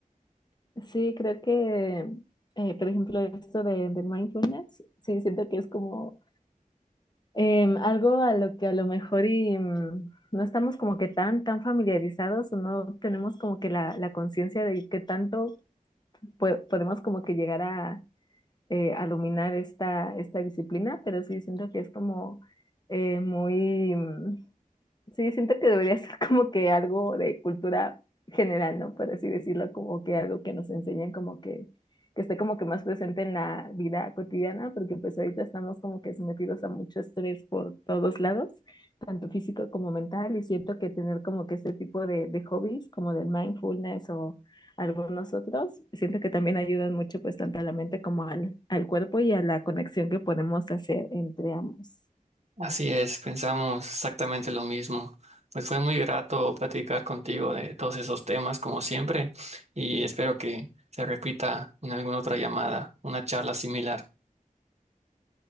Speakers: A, on the left (about 30°); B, on the right (about 50°).
A: Sí, creo que, eh, por ejemplo, esto de, del mindfulness, sí, siento que es como Em, algo a lo que a lo mejor y, mm, no estamos como que tan, tan familiarizados o no tenemos como que la, la conciencia de qué tanto pue- podemos como que llegar a eh, a dominar esta, esta disciplina, pero sí siento que es como eh, muy, mm, Sí, siento que debería ser como que algo de cultura general, ¿no? Por así decirlo, como que algo que nos enseñen como que, que esté como que más presente en la vida cotidiana, porque pues ahorita estamos como que sometidos a mucho estrés por todos lados, tanto físico como mental, y siento que tener como que este tipo de, de hobbies, como del mindfulness o algunos otros, siento que también ayudan mucho pues tanto a la mente como al, al cuerpo y a la conexión que podemos hacer entre ambos.
B: Así es, pensamos exactamente lo mismo. Pues fue muy grato platicar contigo de todos esos temas, como siempre, y espero que se repita en alguna otra llamada, una charla similar.